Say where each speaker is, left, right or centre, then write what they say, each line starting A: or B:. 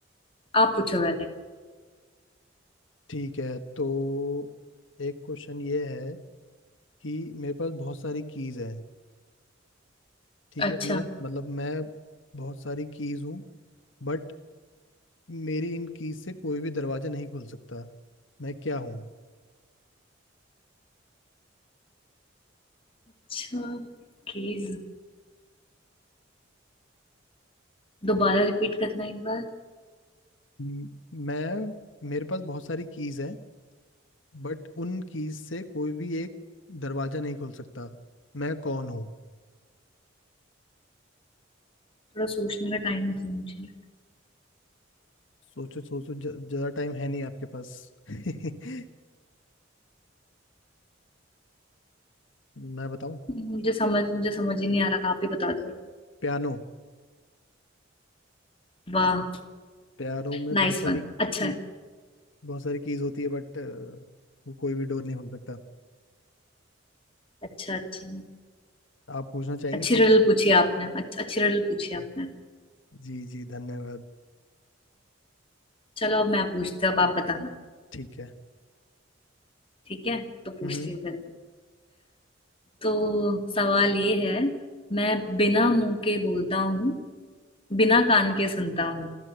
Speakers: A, on the left; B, on the left.
A: आप पूछो पहले
B: ठीक है तो एक क्वेश्चन ये है कि मेरे पास बहुत सारी कीज हैं ठीक
A: अच्छा
B: है मैं मतलब मैं बहुत सारी कीज हूँ बट मेरी इन कीज से कोई भी दरवाजा नहीं खुल सकता मैं क्या हूँ
A: अच्छा प्लीज दोबारा रिपीट करना एक बार
B: म- मैं मेरे पास बहुत सारी कीज हैं बट उन कीज से कोई भी एक दरवाजा नहीं खुल सकता मैं कौन हूँ
A: थोड़ा सोचने का टाइम दो मुझे
B: सोचो सोचो ज- ज्यादा टाइम है नहीं आपके पास <laughs> मैं बताऊं
A: मुझे समझ मुझे समझ ही नहीं आ रहा आप ही बता दो
B: पियानो
A: वाह
B: पियानो में
A: नाइस
B: बहुत सारी
A: वन
B: की
A: अच्छा है
B: बहुत सारी कीज होती है बट वो कोई भी डोर नहीं खुल सकता
A: अच्छा अच्छा
B: आप पूछना चाहेंगे
A: अच्छी
B: कोई
A: रिडल पूछी आपने अच्छ, अच्छी रिडल पूछी आपने
B: जी जी धन्यवाद
A: चलो अब मैं पूछती हूँ अब आप बताना
B: ठीक है
A: ठीक है तो पूछती
B: हम्म
A: हूँ फिर तो सवाल ये है मैं बिना मुंह के बोलता हूँ बिना कान के सुनता हूँ